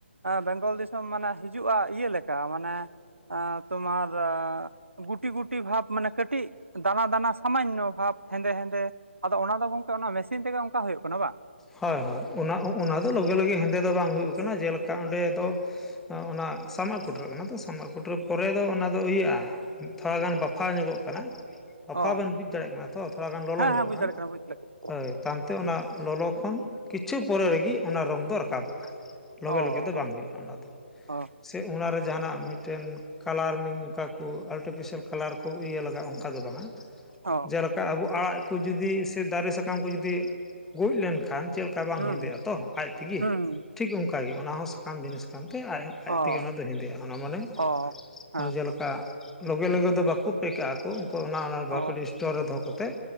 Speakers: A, on the right; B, in the centre.
A: ᱵᱮᱝᱜᱚᱞ ᱫᱤᱥᱚᱢ ᱢᱟᱱᱮ ᱦᱤᱡᱩᱜ-ᱟ ᱤᱭᱟᱹ ᱞᱮᱠᱟ ᱢᱟᱱᱮ ᱛᱳᱢᱟᱨᱻ ᱜᱩᱴᱤ ᱜᱩᱴᱤ ᱵᱷᱟᱵᱽ ᱢᱟᱱᱮ ᱠᱟᱹᱴᱤᱡ ᱫᱟᱱᱟ ᱫᱟᱱᱟ ᱥᱟᱢᱟᱱᱱᱚ ᱵᱷᱟᱵᱽ ᱦᱮᱸᱫᱮ ᱦᱮᱸᱫᱮ ᱟᱫᱚ ᱚᱱᱟᱫᱚ ᱜᱚᱝᱠᱮ ᱚᱱᱟ ᱢᱮᱥᱤᱱ ᱛᱮᱜᱮ ᱚᱱᱠᱟ ᱦᱩᱭᱩᱜ ᱠᱟᱱᱟ ᱵᱟᱝ?
B: ᱦᱳᱭ ᱚᱱᱟ ᱚᱱᱟᱫᱚ ᱞᱚᱜᱮ ᱞᱟᱹᱜᱤᱫ ᱦᱮᱸᱫᱮ ᱫᱚ ᱵᱟᱝ ᱦᱩᱭᱩᱜ ᱠᱟᱱᱟ ᱡᱮᱞᱮᱠᱟ ᱚᱸᱰᱮ ᱫᱚ ᱚᱱᱟ ᱥᱟᱢᱟᱜ ᱠᱩᱴᱨᱟᱹᱜ ᱠᱟᱱᱟ ᱛᱚ ᱥᱟᱢᱟᱜ ᱠᱩᱴᱨᱟᱹ ᱯᱚᱨᱮ ᱫᱚ ᱚᱱᱟ ᱫᱚ ᱤᱭᱟᱹᱜ-ᱟ, ᱛᱷᱚᱲᱟᱜᱟᱱ ᱵᱟᱯᱷᱟᱣ ᱧᱚᱜᱚᱜ ᱠᱟᱱᱟ᱾ ᱟᱯᱷᱟ
A: ᱚ
B: ᱵᱤᱱ ᱵᱩᱡ ᱫᱟᱲᱮᱭᱟᱜ ᱠᱟᱱᱟ ᱛᱚ ᱛᱷᱚᱲᱟ ᱜᱟᱱ ᱞᱚᱞᱚ
A: ᱦᱮᱸ
B: ᱧᱚᱜᱚᱜ-ᱟ
A: ᱦᱮᱸ ᱵᱩᱡᱽ ᱫᱟᱲᱮᱭᱟᱜ ᱠᱟᱱᱟ ᱵᱩᱡᱽ ᱫᱟᱲᱮᱭᱟᱜ ᱠᱟᱱᱟ
B: ᱦᱳᱭ ᱛᱟᱭᱚᱢᱛᱮ ᱚᱱᱟ ᱞᱚᱞᱚ ᱛᱚᱠᱷᱚᱱ ᱠᱤᱪᱷᱩ ᱯᱚᱨᱮ
A: ᱦᱩᱸ
B: ᱨᱮᱜᱮ ᱚᱱᱟ ᱨᱚᱝ ᱫᱚ ᱨᱟᱠᱟᱵᱚᱜ-ᱟ ᱞᱚᱜᱮ
A: ᱚ ᱚ
B: ᱞᱚᱜᱮ ᱫᱚ ᱵᱟᱝ ᱦᱩᱭᱩᱜ-ᱟ ᱚᱱᱟ ᱫᱚ
A: ᱚ
B: ᱥᱮ ᱚᱱᱟᱨᱮ ᱡᱟᱦᱟᱱᱟᱜ ᱢᱤᱫᱴᱷᱮᱱ ᱠᱟᱞᱟᱨ ᱱᱟᱹᱧ ᱚᱠᱟ ᱠᱚ ᱟᱨᱴᱤᱯᱷᱮᱥᱤᱭᱟᱞ ᱠᱟᱞᱟᱨ ᱠᱚ ᱤᱭᱟᱹ ᱞᱟᱜᱟᱜ-ᱟ ᱚᱱᱠᱟ ᱫᱚ ᱵᱟᱝ ᱟ
A: ᱚ ᱚ
B: ᱡᱮᱞᱮᱠᱟ ᱟᱵᱚ ᱟᱲᱟᱜ ᱠᱚ ᱡᱩᱫᱤ ᱥᱮ ᱫᱟᱨᱮ ᱥᱟᱠᱟᱢ ᱠᱚ ᱡᱩᱫᱤ ᱜᱩᱡ ᱞᱮᱱᱠᱷᱟᱱ ᱪᱮᱫ ᱚᱱᱠᱟ ᱫᱚ ᱵᱟᱝ
A: ᱦᱩᱸ
B: ᱦᱮᱸᱫᱮᱜ-ᱟ
A: ᱦᱩᱸ
B: ᱛᱚ ᱟᱡ ᱛᱮᱜᱮ
A: ᱦᱩᱸ ᱦᱩᱸ
B: ᱴᱷᱤᱠ ᱚᱱᱠᱟᱜᱮ ᱚᱱᱟ ᱦᱚᱸ ᱥᱟᱠᱟᱢ ᱡᱤᱱᱤᱥ ᱠᱟᱱᱛᱮ ᱟᱡ ᱟᱡ
A: ᱚ
B: ᱛᱮᱜᱮ ᱚᱱᱟ ᱫᱚ ᱦᱮᱸᱫᱮᱜ-ᱟ ᱚᱱᱟ ᱢᱟᱱᱮ
A: ᱚ ᱦᱮᱸ
B: ᱚᱱᱮ ᱡᱮᱞᱮᱠᱟ
A: ᱛᱚ
B: ᱞᱚᱜᱮ ᱞᱚᱜᱮ ᱫᱚ ᱵᱟᱠᱚ ᱯᱮᱠᱟᱜ-ᱟ ᱠᱚ ᱩᱱᱠᱩ ᱚᱱᱟ ᱵᱟᱯᱮ
A: ᱚ
B: ᱰᱤᱥᱴ ᱥᱴᱳᱨ ᱨᱮ ᱫᱚᱦᱚ ᱠᱟᱛᱮᱫ